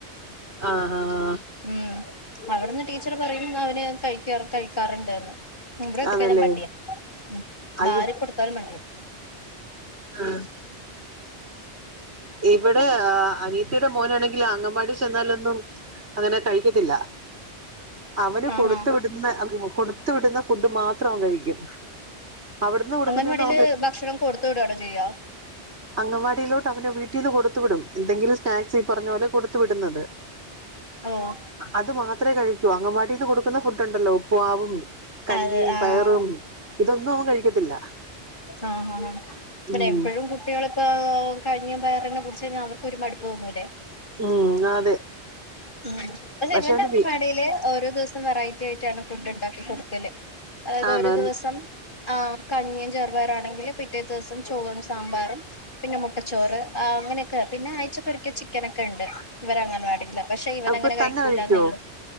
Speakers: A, on the right; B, on the left.
A: ആഹ് ആഹ്
B: ഉം അവിടുന്ന് ടീച്ചർ പറയും അവന് കഴിക്ക കഴിക്കാറുണ്ട്ന്ന് ഇവിടെ എത്തി.
A: അതല്ലേ
B: കഴിഞ്ഞാൻ മടിയാ ഉം
A: ആ
B: വാരി കൊടുത്താലും മണ്ടിയാ
A: ആഹ് ഇവിടെ അനീത്തിയുടെ മോനാണെങ്കിൽ അങ്കവാടി ചെന്നാലൊന്നും അങ്ങനെ കഴിക്കത്തില്ല അവന്
B: ആഹ്
A: കൊടുത്ത
B: ആഹ്
A: വിടുന്ന കൊടു ത്ത് വിടുന്ന ഫുഡ് മാത്രം അവൻ കഴിക്കും അവിടുന്ന് കൊടുക്കുന്നൊന്നും
B: അങ്ങന വടയില് ഭക്ഷണം കൊടുത്ത് വിടണോ ചെയ്യാ
A: അങ്ങവാടിയിലോട്ട് അവന് വീട്ടിൽ നിന്ന് കൊടുത്തു. വിടും എന്തെങ്കിലും സ്നാക്സ് ഈ പറഞ്ഞ പോലെ കൊടു കൊടുത്ത് വിടുന്നത്
B: ഓഹ്
A: അത് മാത്ര കഴി അങ്ങവാട്ടീന്ന് കൊടുക്കുന്ന ഫുഡ് ഉണ്ടല്ലോ ഉപ്പുമാവും കഞ്ഞിയും
B: അതെ ആഹ്
A: പയറും ഇതൊന്നും അവൻ കഴിക്കത്തില്ല
B: ആഹ് ആഹ് പിനെ
A: ഉം
B: എപ്പോഴും കു കുട്ടികളിപ്പ കഞ്ഞി പയറെന്നെ കുടിച്ച് കഴിഞ്ഞൽ അവർക്ക് പിനെ ഒരു മടുപ്പ് തോന്നൂല്ലേ
A: ഉം അതെ
B: ഉം <unintelligible>
A: പക്ഷെ
B: അവന്റ
A: അവന്
B: അഗൻവാടീല്
A: വി
B: ഓരോ ദിവസ് വെറൈറ്റി ആയിട്ടാണ് ഫുഡ് ഇണ്ടാക്കി കൊടുക്കല്. അതായത്
A: ആണോ
B: ഒരു ദിവസം ആഹ് കഞ്ഞിയും ചെറുപയറാണെങ്കില് പിറ്റേ ദിവസം ചോറും സാമ്പാറും പിന്നെ മുട്ടച്ചോറ് അ അങ്ങനെയൊക്കെ പിന്നെ ആഴ്ച്ചൊക്കെ ഒരിക്കൽ ചിക്കനക്കെ ഇണ്ട് ഇവരെ അങ്ങൻവാടീല് പക്ഷെ ഇവനങ്ങനെ
A: അപ്പൊ
B: കഴിക്കൂലന്നേ
A: തന്നെ കഴിക്കുവോ
B: ഒള്ളു